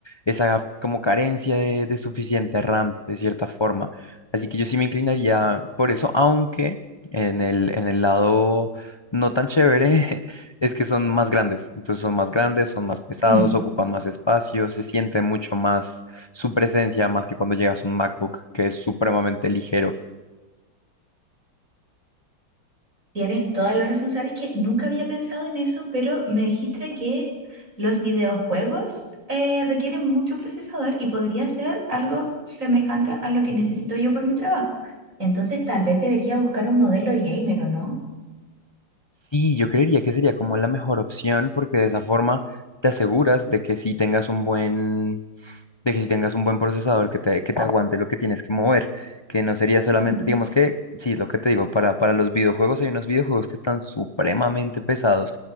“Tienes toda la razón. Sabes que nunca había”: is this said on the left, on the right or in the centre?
Right